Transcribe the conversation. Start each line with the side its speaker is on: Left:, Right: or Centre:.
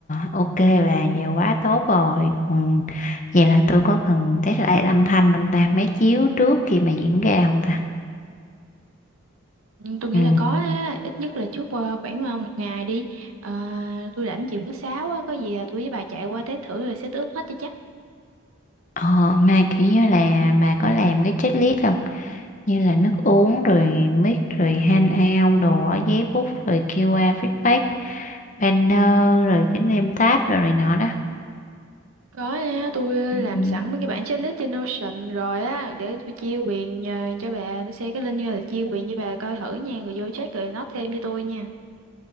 Left: ok bà, giờ quá tốt rồi. Còn vậy là tôi có cần test lại âm thanh không ta? Máy chiếu trước khi mà diễn ra không ta?
Right: Ừ, tôi nghĩ
Left: Ừ.
Right: là có á, ít nhất là trước ờ, khoảng ờ, một ngày đi à, tôi rảnh chiều thứ sáu á, có gì là tôi với bà chạy qua test thử rồi set up hết cho chắc
Left: Ờ, mà kiểu như là bà có làm cái checklist không? như là nước uống rồi mic rồi handout đồ á, giấy bút rồi QR feedback banner rồi cái name tab rồi này nọ đó
Right: có á, tôi ờ,
Left: ừ
Right: làm sẵn mấy cái bản checklist trên Notion rồi á để tôi chia quyền ờ, cho bà tôi share cái link rồi chia quyền cho bà coi thử nha rồi vô check rồi nó thêm cho tôi nha